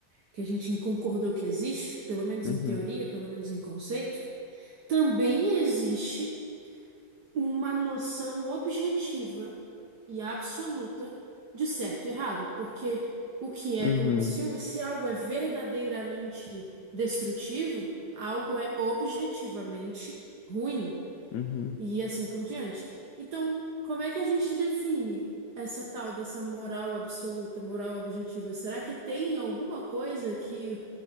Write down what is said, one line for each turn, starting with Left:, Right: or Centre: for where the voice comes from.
Right: que a gente concordou que existe, pelo menos
Left: uhum,
Right: em teoria, pelo menos em conceito, também existe uma noção objetiva e absoluta de certo e errado, porque o que é,
Left: uhum,
Right: o- se, um- se algo é verdadeiramente destrutivo, algo é objetivamente ruim
Left: uhum,
Right: e assim por diante. Então, como é que a gente define essa tal dessa moral absoluta, moral objetiva? Será que tem alguma coisa que